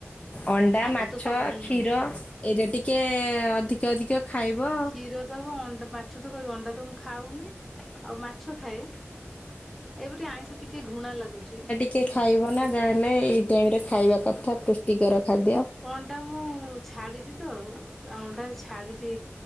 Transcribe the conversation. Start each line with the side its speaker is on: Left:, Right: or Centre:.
Left: ଅଣ୍ଡା,
Centre: ଶାଗ
Left: ମାଛ,
Centre: ତ ସବୁଦିନ
Left: କ୍ଷୀର
Centre: ହଉଛି
Left: ଏଇରେ ଟିକେ ଅଧିକ ଅଧିକ ଖାଇବ।
Centre: କ୍ଷୀର ତ ହ ମାଛ ତ କ ଅଣ୍ଡା ତ ମୁଁ ଖାଉନି ଆଉ ମାଛ ଖାଏ। ଏବେଟେ ଆଇଁଷ ଟିକେ ଘୃଣା ଲାଗୁଚି।
Left: ଟିକଏ ଖାଇବ ନା ଯାହାହେଲେ ଏଇ ଟାଇମ୍ରେ ଖାଇବା କଥା ପୁଷ୍ଟିକର ଖାଦ୍ୟ।
Centre: ଅଣ୍ଡା ମୁଁ ଛାଡ଼ିଚି ତ ଅଣ୍ଡା ଛାଡ଼ିଚି